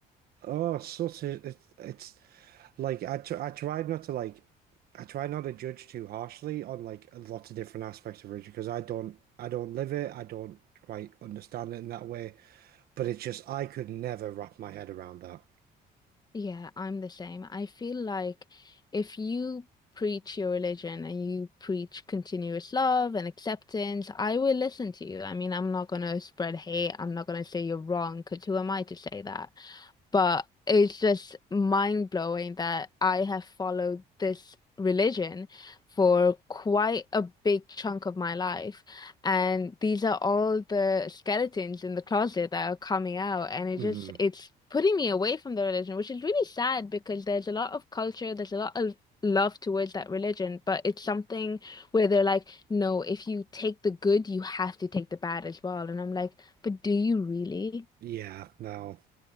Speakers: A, on the right (about 65°); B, on the left (about 25°).
A: oh, such a, it's, it's like, I, tr I try not to like, I try not to judge too harshly on like lots of different aspects of religion because I don't, I don't live it. I don't quite understand it in that way. But it's just, I could never wrap my head around that.
B: yeah, I'm the same. I feel like if you preach your religion and you preach continuous love and acceptance, I will listen to you. I mean, I'm not going to spread hate. I'm not going to say you're wrong, because who am I to say that? But it's just mind blowing that I have followed this religion for quite a big chunk of my life. And these are all the skeletons in the closet that are coming out. And it
A: hmm
B: just, it's putting me away from the religion, which is really sad because there's a lot of culture, there's a lot of love towards that religion, but it's something where they're like, no, if you take the good, you have to take the bad as well. And I'm like, but do you really?
A: Yeah, no.